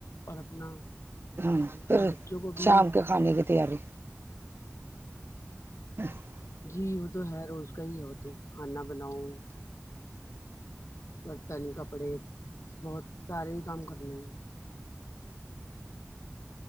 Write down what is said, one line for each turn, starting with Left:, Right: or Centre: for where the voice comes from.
Left: اور اپنا
Right: ہاں پھر
Left: تھوڑا بچوں کو بھی
Right: شام کے کھانے کی تیاری <inaudible>
Left: جی وہ تو ہے روز کا ہی ہے وہ تو کھانا بناؤ برتن کپڑے بہت سارے ہی کام کرنے ہیں